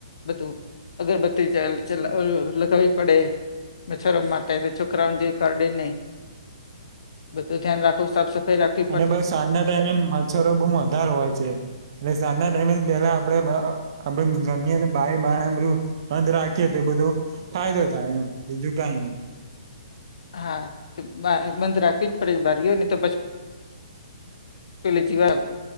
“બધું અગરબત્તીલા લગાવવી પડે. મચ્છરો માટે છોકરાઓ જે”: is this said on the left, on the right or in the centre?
Left